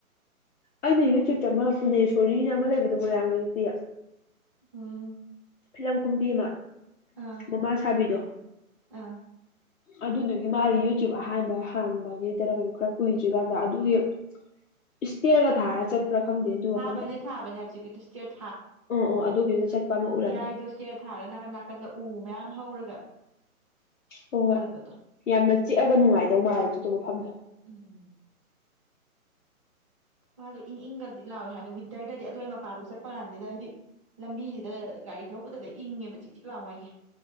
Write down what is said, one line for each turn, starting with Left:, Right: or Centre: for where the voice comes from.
Left: ꯑꯩꯅ ꯌꯨꯇ꯭ꯌꯨꯕꯇ ꯑꯃ ꯄꯨꯅꯦꯁꯣꯔꯤꯅ ꯑꯃ ꯂꯩꯕꯗꯣ ꯃꯣꯏꯔꯥꯡꯒꯤ ꯅꯨꯄꯤ
Right: ꯎꯝ
Left: ꯐꯤꯂꯝ ꯀꯨꯝꯕꯤ ꯑꯃ
Right: ꯑꯥ
Left: ꯃꯃꯥ ꯁꯥꯕꯤꯗꯣ
Right: ꯑꯥ
Left: ꯑꯗꯨꯗꯨꯒꯤ ꯃꯥꯒꯤ ꯌꯨꯇꯨꯕ ꯑꯍꯥꯟꯕ ꯍꯥꯡꯕꯒꯤ ꯇꯔ ꯀꯩꯅꯣ ꯈꯔ ꯀꯨꯏꯗ꯭ꯔꯤ ꯀꯥꯟꯗ ꯑꯗꯨꯒꯤ ꯏꯁꯇꯤꯌꯔꯒ ꯊꯥꯔ ꯆꯠ ꯈꯔ ꯈꯪꯗꯦ ꯑꯗꯨ
Right: ꯊꯥꯕꯅꯦ
Left: ꯃꯐꯝꯗ
Right: ꯊꯥꯕꯅꯦ ꯍꯧꯖꯤꯛꯀꯤꯗꯨ ꯏꯁꯇꯤꯌꯔ
Left: ꯑꯣ ꯑꯣ ꯑꯗꯨꯒꯤꯗꯨꯗ ꯆꯠꯄ ꯑꯃ ꯎꯔꯝꯃꯦ
Right: ꯑꯩ ꯗꯣ ꯏꯁꯇꯤꯔ ꯊꯥꯔꯒ ꯅꯥꯀꯟ ꯅꯥꯀꯟ ꯀꯟꯗ ꯎ ꯃꯌꯥꯝ ꯍꯧꯔꯒ
Left: ꯍꯣꯏ ꯍꯣꯏ
Right: ꯑꯣꯏꯕꯗꯣ
Left: ꯌꯥꯝꯅ ꯆꯤꯛꯑꯒ ꯅꯨꯡꯉꯥꯏꯗꯧ ꯃꯥꯜꯂꯦꯗꯨꯗꯣ ꯃꯐꯝꯗꯣ
Right: ꯎꯝ ꯃꯥꯗꯣ ꯏꯪ ꯏꯪꯒꯗꯤ ꯂꯥꯎꯋꯦ ꯍꯥꯏꯗꯤ ꯋꯤꯟꯇꯔꯗꯗꯤ ꯑꯗꯨꯋꯥꯏ ꯃꯄꯥꯗꯣ ꯆꯠꯄ ꯀꯥꯟꯁꯤꯗ ꯍꯥꯏꯗꯤꯛ ꯂꯝꯕꯤꯁꯤꯗ ꯒꯥꯔꯤ ꯊꯧꯕꯗꯨꯗ ꯏꯪꯉꯦꯕ ꯆꯤꯛ ꯆꯤꯛ ꯂꯥꯎ ꯍꯥꯏꯒꯤ